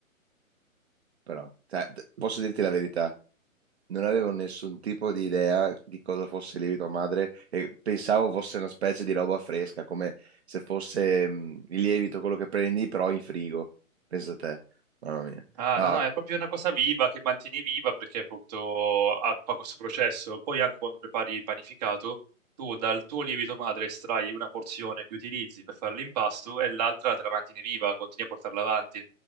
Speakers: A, on the right (about 50°); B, on the right (about 30°).
A: però. Cioè, d- posso dirti la verità, Non avevo nessun tipo di idea di cosa fosse il lievito madre e pensavo fosse una specie di roba fresca, come se fosse mh, il lievito quello che prendi però in frigo. Pensa te, mamma mia.
B: Ah,
A: No,
B: no, no, è proprio una cosa viva che mantieni viva perché appunto ha fa questo processo. Poi anche quando prepari il panificato, tu dal tuo lievito madre estrai una porzione che utilizzi per fare l'impasto e l'altra te la mantieni viva, continui a portarla avanti.